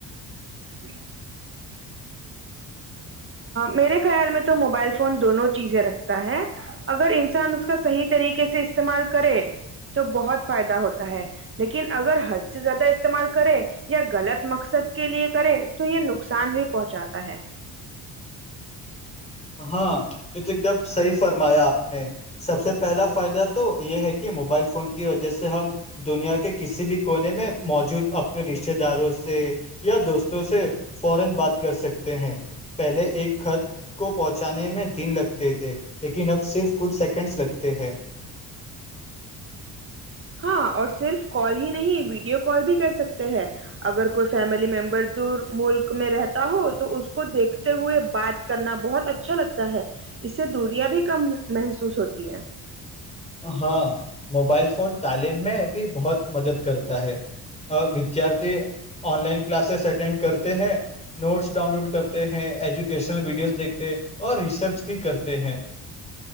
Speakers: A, on the right; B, on the left.
A: <inaudible> میرے خیال میں تو موبائل فون دونوں چیزیں رکھتا ہے اگر انسان اس کا صحیح طریقے سے استعمال کرے تو بہت فائدہ ہوتا ہے لیکن اگر حد سے زیادہ استعمال کرے یا غلط مقصد مقصد کے لیے کرے تو یہ نقصان بھی پہنچاتا ہے
B: ہاں یہ تو ایک دم صحیح فرمایا آپ نے سب سے پہلا فائدہ تو یہ ہے کہ موبائل فون کی وجہ سے ہم دنیا کے کسی بھی کونے میں موجود اپنے رشتتے داروں سے یا دوستوں سے فورن بات کر سکتے ہیں پہلے ایک خط کو پہنچانے میں دن لگتے تھے لیکن اب صرف کچھ سیکنڈس لگتے ہیں <inaudible>
A: ہاں اور صرف کال ہی نہیں ویڈیو کال بھی کر سکتے ہیں اگر کوئی فیملی ممبر دور ملک میں رہتا ہو تو اس کو دیکھتے ہوئے بات کرنا بہت اچھا لگتا ہے اس سے دوریاں بھی کم محسوس ہوتی ہے
B: ہاں موبائل فون تعلیم میں بھی بہت مدد کرتا ہے ودیارتھی آن لائن کلاسز اٹینڈ کرتے ہیں نوٹس ڈاؤن لوڈ کرتے ہیں ایجوکیشنل ویڈیوز دیکھتے اور ریسرچ بھی کرتے ہیں